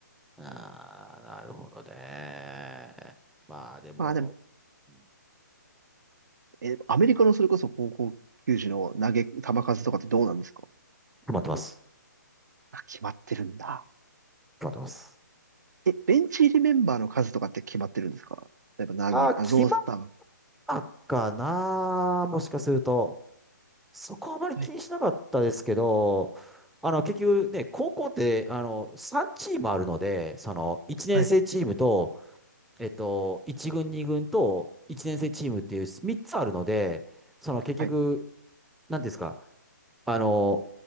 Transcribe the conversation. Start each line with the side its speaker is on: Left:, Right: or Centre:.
Centre: ああ、なるほどね。まあ、でも、
Right: まあでも
Centre: うん
Right: え、アメリカのそれこそ高校球児の投げ、球数とかってどうなんですか
Centre: 決まってます。
Right: あ、決まってるんだ。
Centre: 決まってます。
Right: え、ベンチ入りメンバーの数とかって決まってるんですか例えば何人、
Centre: ああ、決まっ
Right: あ、ロースター。
Centre: たかな。もしかすると。そこはあまり気にしなかったですけど、
Right: はい、
Centre: あの、結局ね、高校って、あの、3チームあるので、その、1年生チームと、
Right: はい、
Centre: えっと、1軍、2軍と、1年生チームっていう3つあるので、その、結局、
Right: はい、
Centre: なんていうんですか、あの、